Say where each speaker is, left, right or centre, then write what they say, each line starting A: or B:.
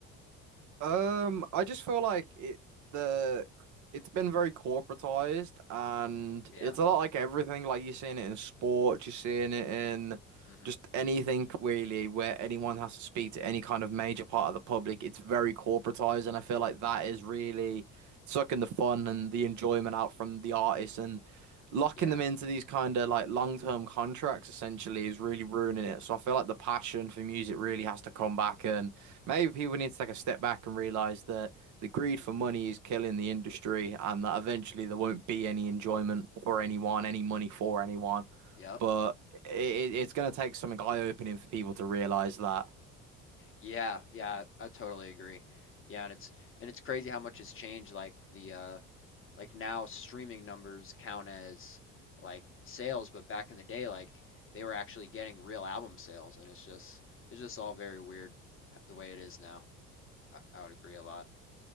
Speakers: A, on the right; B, on the left.
A: Um, I just feel like it the it's been very corporatized and
B: Yeah.
A: it's a lot like everything. Like you're seeing it in sports, you're seeing it in
B: hmm
A: just anything really where anyone has to speak to any kind of major part of the public. It's very corporatized, and I feel like that is really sucking the fun and the enjoyment out from the artists and locking
B: Yeah.
A: them into these kind of like long-term contracts essentially is really ruining it. So I feel like the passion for music really has to come back and Maybe people need to take a step back and realize that the greed for money is killing the industry and that eventually there won't be any enjoyment for anyone, any money for anyone.
B: Yep.
A: But it, it's going to take something eye-opening for people to realize that.
B: Yeah. Yeah, I totally agree. Yeah, and it's and it's crazy how much has changed like the uh like now streaming numbers count as like sales, but back in the day, like they were actually getting real album sales, and it's just it's just all very weird the way it is now. I, I would agree a lot.